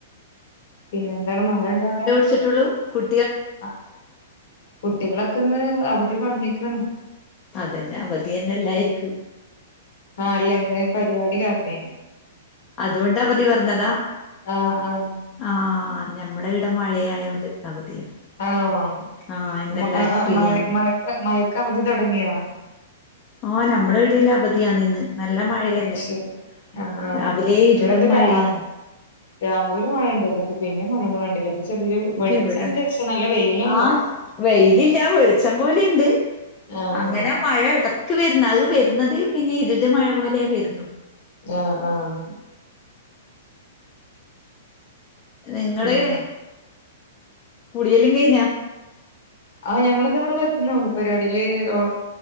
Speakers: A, on the left (about 65°); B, on the left (about 30°).
A: പിന്നെന്താണ് മഴ ഇണ്ടോ അവിടെ
B: ച്ചിട്ടുള്ളൂ കുട്ട്
A: അ കുട്ടികളൊക്കെ ഇന്ന് അവധി പറഞ്ഞേക്കാണ്
B: അതന്നെ അവധിയന്നെല്ലാരിക്കും
A: ആഹ് അല്ലേ വേ പരിപാടി കാരണേണ്
B: അതുകൊണ്ടവധി പറഞ്ഞതാ
A: ആഹ് ആഹ്
B: ആഹ് ഞമ്മടെ ഇവ്ടെ മഴയായോണ്ട് അവധിയാ
A: ആണോ
B: ആഹ്
A: <unintelligible>
B: ഇന്നെല്ലാരും ഫ്രീയാണ്
A: മഴ മഴ മഴക്കവധി തൊടങ്ങിയാ
B: ആഹ് ഞമ്മടവിടെയല്ലാം അവധിയാന്നിന്ന് നല്ല മഴയല്ലേ
A: അത് ശരി ആഹ് ആഹ്
B: രാവിലെ ഇരിടും
A: ഇവിടെന്ന്
B: മഴയാന്നു
A: രാ രാവിലെ മഴയണ്ടായിരുന്നട്ട് പിന്നെ മഴയൊന്നും കണ്ടില്ല ഇപ്പൊ ചെറിയൊരു
B: ഇതിവിട
A: വെളിച്ചണ്ട് പക്ഷെ നല്ല വെയിലല്ല
B: ആ വെയിലില്ല വെളിച്ചം പോലെയുണ്ട്.
A: ആഹ്
B: അങ്ങനെ
A: ആഹ്
B: മഴ എടക്ക് വരുന്ന് അത് വരുന്നത് പിന്നെ ഇരിട് മഴ പോലെയാ വരുന്നത്
A: ആഹ് ആഹ്
B: നിങ്ങള്
A: പിന്നെ
B: കുടിയെല്ലാം കയിഞ്ഞാ.
A: ആഹ് ഞങ്ങളിത് ഇവിടെ എത്തുന്നേള്ളു പരിപാടിയില് ഒ